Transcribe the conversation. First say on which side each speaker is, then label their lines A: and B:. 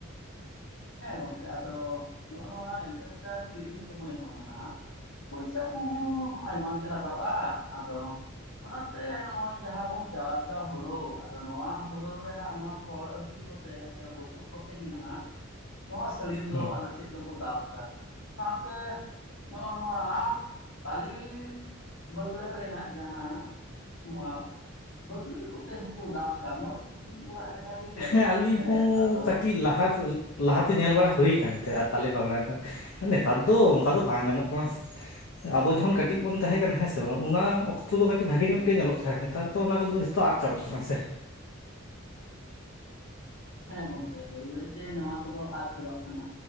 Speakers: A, on the left; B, on the left.
A: ᱦᱮᱸ ᱜᱚᱝᱠᱮ ᱟᱫᱚ ᱱᱚᱸᱜᱼᱚ ᱱᱚᱣᱟ ᱮᱰᱵᱮᱥᱴᱟᱨ ᱠᱤᱨᱤᱧ ᱥᱚᱢᱚᱭ ᱦᱚᱸ ᱱᱟᱦᱟᱸᱜ ᱯᱩᱭᱥᱟ ᱠᱚᱦᱚᱸ ᱟᱭᱢᱟ ᱜᱮ ᱞᱟᱜᱟᱣᱼᱟ ᱟᱫᱚ ᱚᱱᱟᱛᱮ ᱱᱚᱸᱜᱼᱚᱭ ᱡᱟᱦᱟᱸ ᱵᱚᱱ ᱪᱟᱥ ᱫᱟ ᱦᱩᱲᱳ ᱟᱫᱚ ᱱᱚᱣᱟ ᱦᱩᱲᱳ ᱨᱮᱱᱟᱜ ᱱᱚᱣᱟ ᱠᱷᱚᱲ ᱟᱴᱤ ᱠᱚᱛᱮ ᱥᱮ ᱵᱩᱥᱩᱵ ᱠᱚᱛᱮ ᱜᱮ ᱱᱟᱦᱟᱸᱜ ᱱᱚᱣᱟ ᱥᱟᱹᱲᱤᱢ
B: ᱦᱮᱸ
A: ᱫᱚ ᱟᱞᱮ <unintelligible> ᱫᱚᱠᱚ ᱫᱟᱵ ᱫᱟ ᱥᱟᱶᱛᱮ ᱱᱚᱸᱜᱼᱚᱭ ᱱᱚᱣᱟ ᱴᱟᱞᱤ ᱵᱟᱹᱜᱲᱟᱹ ᱨᱮᱱᱟᱜ ᱡᱟᱦᱟᱸ ᱱᱚᱣᱟ ᱵᱟᱹᱜᱲᱟᱹ ᱠᱚᱛᱮ ᱦᱚᱸᱠᱚ ᱫᱟᱵ ᱫᱟ ᱢᱚᱡᱽ ᱜᱮ ᱴᱤᱱ ᱚᱲᱟᱜ ᱞᱮᱠᱟᱜᱮ ᱧᱮᱞᱚᱜᱼᱟ
B: ᱦᱮᱸ ᱟᱹᱞᱤᱧ
A: ᱜᱚᱢᱠᱮ,
B: ᱦᱚᱸ
A: ᱟᱫᱚ
B: ᱠᱟᱹᱴᱤᱡ ᱞᱟᱦᱟ <unintelligible> ᱞᱟᱦᱟᱛᱮ ᱧᱮᱞ ᱵᱟᱲᱟ ᱦᱩᱭ ᱠᱟᱱ ᱛᱟᱦᱮᱸᱫ ᱟᱨ ᱛᱟᱞᱮ ᱯᱟᱜᱲᱟ ᱴᱟ ᱱᱮᱛᱟᱨ ᱫᱚ ᱚᱱᱠᱟ ᱫᱚ ᱵᱟᱝ ᱧᱟᱢᱚᱜ ᱠᱟᱱᱟ ᱥᱮ, ᱟᱵᱚ ᱡᱚᱠᱷᱚᱱ ᱠᱟᱹᱴᱤᱡ ᱵᱚᱱ ᱛᱟᱦᱮᱸ ᱠᱟᱱᱟ ᱦᱮᱸ ᱥᱮ ᱵᱟᱝ ᱚᱱᱟ ᱚᱠᱛᱚ ᱫᱚ ᱠᱟᱹᱴᱤᱡ ᱵᱷᱟᱜᱮ ᱧᱚᱜ ᱜᱮ ᱧᱮᱞᱚᱜ ᱛᱟᱦᱮᱸᱫ ᱱᱮᱛᱟᱨ ᱫᱚ ᱚᱱᱟ ᱠᱚᱫᱚ ᱡᱷᱚ ᱛᱚ ᱟᱫ ᱪᱟᱵᱟᱜ ᱠᱟᱱᱟ ᱥᱮ?
A: ᱦᱮᱸ ᱜᱚᱝᱠᱮ ᱵᱟᱹᱭ ᱵᱟᱹᱭᱛᱮ ᱱᱚᱣᱟ ᱠᱚᱫᱚ ᱟᱫ ᱪᱟᱵᱟᱜ ᱠᱟᱱᱟ᱾